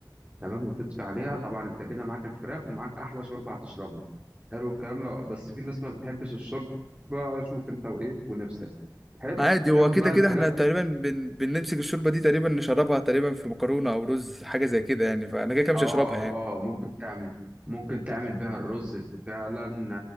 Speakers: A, on the right; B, in the centre.
A: تمام وتدفي عليها طبعا انت كده معاك الفراخ ومعاك احلى شوربه هتشربها حلو الكلام لو بس في ناس ما بتحبش الشوربه شوف انت وايه ونفسك حلو
B: عادي هو
A: تاخد
B: كده
A: بقى
B: كده
A: الفراخ
B: احنا تقريبا بن... بنمسك الشوربه دي تقريبا نشربها تقريبا في مكرونه او رز حاجه زي كده يعني فانا كده كده مش
A: اه
B: هشربها يعني
A: اه ممكن تعمل ممكن تعمل بيها الرز فعلا